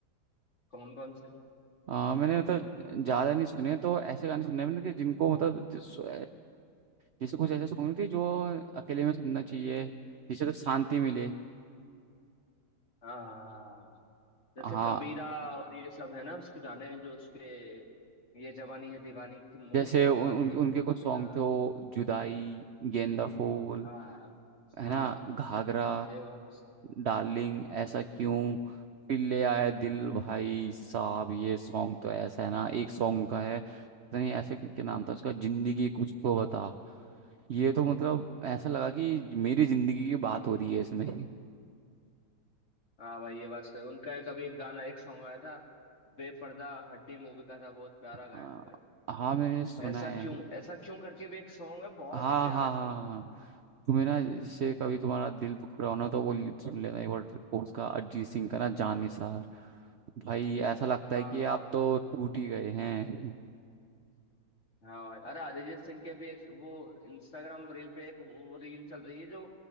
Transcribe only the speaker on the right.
आ, मैंने मतलब ज्यादा नहीं सुने तो ऐसे गाने सुने हैं मैंने कि जिनको मतलब जिस, अ, जैसे कुछ ऐसे सॉन्ग थे जो अकेले में सुनना चाहिए जिससे तो शांति मिले
हाँ
जैसे
उन,
उन,
उनके
कुछ सॉन्ग थे वो जुदाई गेंदा फूल
है
ना घाघरा
डार्लिंग ऐसा क्यों फिर ले आया दिल भाई साहब ये सॉन्ग तो ऐसा है ना एक सॉन्ग उनका है पता नहीं ऐसे क्या नाम था उसका जिंदगी कुछ तो बता ये तो मतलब ऐसा लगा कि मेरी जिंदगी की बात हो रही है इसमें
आ,
हाँ मैंने सुना
है
हाँ
हाँ हाँ
हाँ। तुम्हें ना जैसे कभी तुम्हारा दिल दुख रहा हो ना तो वो लीड सुन लेना एक बार वो उसका अरिजीत सिंह का ना जान निसार भाई ऐसा लगता
है कि
आप तो टूट ही गए हैं